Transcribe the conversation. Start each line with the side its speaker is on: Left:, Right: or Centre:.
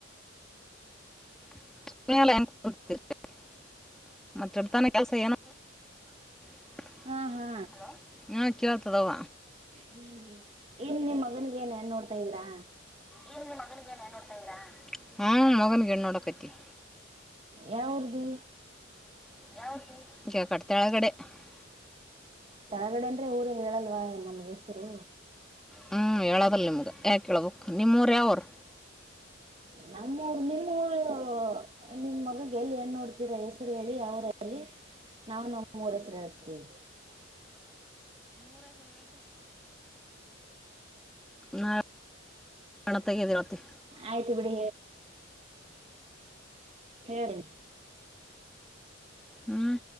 Centre: <inaudible> ಮತ್ತೆಡ್ತಾನ ಕೆಲ್ಸ ಏನು. <inaudible>
Right: ಹಾ ಹಾ
Centre: ಹಾ ಕೇಳ್ತದಾವ.
Right: ಹ್ಮ್ ಹ್ಮ್ ಏನ ನಿ ಮಗನಿಗೆ ಏನ್ ಹೆಣ್ಣು ನೋಡ್ತಾ ಇದ್ದೀರಾ.
Centre: ಏನ ನಿ ಮಗನಿಗೆ ಏನ್ ಹೆಣ್ಣು ನೋಡ್ತಾ ಇದ್ದೀರ ಹೂ ಮಗನಿಗೆ ಹೆಣ್ಣು ನೋಡ್ತಾ ಇದೀವಿ.
Right: ಯಾವ್ ಉರ್ದು.
Centre: <inaudible>
Right: ತಳಗಡೆ ಅಂದ್ರೆ ಊರ ಹೇಳಲ್ವ ನಮ್ಗೆ ಹೆಸರು.
Centre: ಹ್ಞೂ ಹೇಳೋದಲ್ಲ ನಿಮ್ಗೆ ಯಾಕೆೇಳ್ಬೇಕು ನಿಮ್ಮೂಊರು ಯಾವರು.
Right: ನಮ್ಮೂರು ನಿಮ್ಮೂರು. ನಿಮ್ ಮಗಗೆ ಎಲ್ಲಿ ಏನ್ ನೋಡ್ತೀರಾ ಹೆಸರು ಹೇಳಿ ಯಾವ್ರ ಹೇಳಿ. ನಾವವು ನಮ್ಮ ಮೂರಸರು ಹೇಳ್ತೇವಿ.
Centre: ನಾ <unintelligible> ಪಣತ ತಿರತ್ತ.
Right: ಆಯ್ತು ಬಿಡಿ ಹೇಳ್ರಿ.
Centre: ಹ್ಮ್